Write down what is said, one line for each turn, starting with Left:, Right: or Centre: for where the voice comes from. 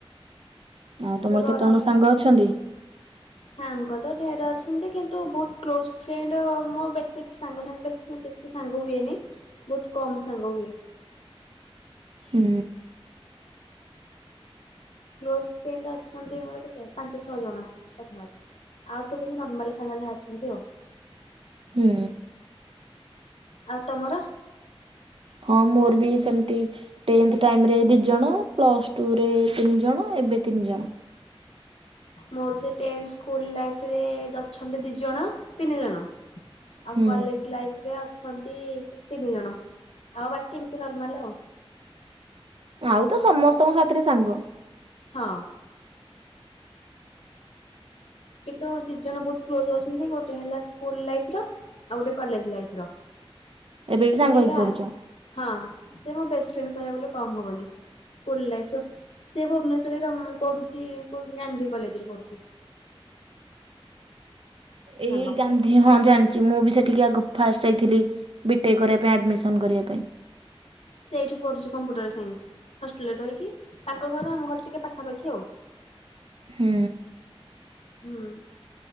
Right: ଆଉ ତମର
Left: ଏବେ ଗରମ
Right: କେତେ ଜଣ ସାଙ୍ଗ ଅଛନ୍ତି?
Left: ସାଙ୍ଗ ତ ଢେରେ ଅଛନ୍ତି କିନ୍ତୁ ବହୁତ କ୍ଲୋଜ୍ ଫ୍ରେଣ୍ଡ ମୋ ବେଶୀ ସାଙ୍ଗ ସାଙ୍ଗେ ବେଶୀ ବେଶୀ ସାଙ୍ଗ ହୁଏନି। ବୋହୁତ କମ ସାଙ୍ଗ ହୁଏ।
Right: ହୁଁ।
Left: କ୍ଲୋଜ ଫ୍ରେଣ୍ଡ ଅଛନ୍ତି ମୋର କେତେ ପାଞ୍ଚ ଛଅ ଜଣ ପାଖାପାଖି। ଆଉ ସବୁ ନର୍ମାଲି ସାଙ୍ଗ ଯାହା ଅଛନ୍ତି ଆଉ।
Right: ହୁଁ।
Left: ଆଉ ତମର?
Right: ହଁ ମୋର ବି ସେମିତି ଟେଥେ ଟାଇମି ରେ ଦି ଜଣ ପ୍ଲସ ଟୁରେ ତିନି ଜଣ। ଏବେ ତିନି ଜଣ।
Left: ମୋର ଟେନ୍ସ ସ୍କୁଲ ଲାଇଫ ରେ ଅଛନ୍ତି ଦି ଜଣ ତିନି ଜଣ। ଆଉ
Right: ହୁଁ
Left: କଲେଜ ଲାଇଫରେ ଅଛନ୍ତି ତିନି ଜଣ, ଆଉ ବାକି ଏମିତି ନର୍ମାଲ ଆଉ।
Right: ଆଉ ତ ସମସ୍ତଙ୍କ ସାଙ୍ଗ
Left: ହଁ। କିନ୍ତୁ ଦି ଜଣ ବୋହୁତ କ୍ଲୋଜ ଅଛନ୍ତି ଗୋଟେ ହେଲା ସ୍କୁଲ ଲାଇଫ ର ଆଉ ଗୋଟେ କଲେଜ ଲାଇଫ ର।
Right: ଏବେ ବି ସାଙ୍ଗ
Left: ସେ ଦିଟା
Right: ହେଇକି ପଢୁଛ।
Left: ହଁ ସେ ମୋ ବେଷ୍ଟ୍ ଫ୍ରେଣ୍ଡ କହିବାକୁ ଗଲେ କମ୍ ହବନି ସ୍କୁଲ ଲାଇଫ ର ସେ ଭୁବନେଶ୍ୱର <unintelligible> ପଢୁଚି ଗାନ୍ଧୀ କଲେଜରେ ପଢୁଚି।
Right: ଏଇ
Left: ସାଙ୍ଗ
Right: ଗାନ୍ଧୀ ହଁ ଜାଣିଚି ମୁଁ ବି ସେ ଟିକେ ଆଗ ଫାଷ୍ଟ ଯାଇଥିଲି ବିଟେକ୍ କରିବା ପାଇଁ ଆଡ଼ମିସନ୍ କରିବା ପାଇଁ।
Left: ସେ ଏଇଠି କରୁଚି କମ୍ପ୍ୟୁଟର ସାଇନ୍ସ ହଷ୍ଟେଲ ରେ ରହିକି ତାଙ୍କ ଘର ଆମ ଘର ଟିକେ ପାଖାପାଖି ଆଉ।
Right: ହୁଁ।
Left: ହୁଁ